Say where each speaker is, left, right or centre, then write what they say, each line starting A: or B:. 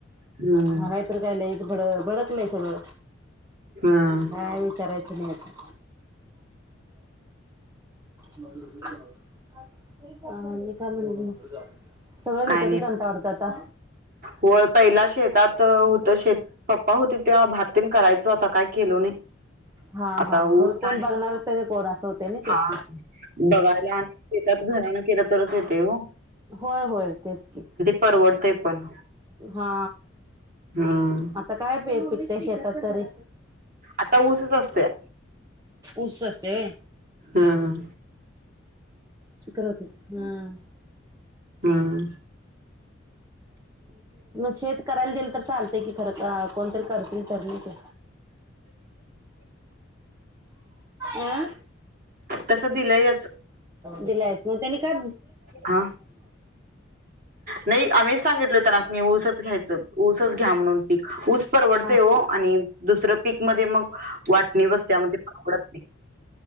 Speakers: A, on the right (about 45°); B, on the right (about 15°).
A: हम्म.
B: महागाई तर काय लईच भड भडकलय सगळ.
A: हम्म.
B: काय विचारयच नाही आता. <unintelligible> अ मी का म्हणते म सगळं
A: काय
B: विकतच
A: नाही
B: आणता वाडत आता.
A: होय पहिला शेतात होत शेत पप्पा होती तेव्हा भाततीन करायचं आता काय केलो नाही
B: हा
A: आता
B: हा ह
A: ऊस
B: हो कोण
A: आहे
B: बघणार तरी कोण असं होत ना ते.
A: हा बघायला आणि शेतात घरानं केलं तरच येते हो.
B: होय होय. तेच की
A: परवडतंय पण
B: हा.
A: हम्म.
B: आता काय प पिकते शेतात तरी.
A: आता ऊसच असतेया
B: ऊस असतंय होय
A: हम्म.
B: स्पीकर होत नहीं हम्म.
A: हम्म.
B: शेत करायला दिलं तर चालतय की खरं कोणतरी करतील तर नाही ते. आ.
A: तसं दिलंयच
B: दिलायस ना त्यानी का
A: आ नाही आम्हीच सांगितलो तेनस्नी ऊसच घ्यायचं ऊसच घ्या म्हणून पीक ऊस परवडतेय
B: हा
A: ओ. आणि दुसरं पीक मध्ये मग वाटणी वस्त्यामध्ये पण परवडत नाही.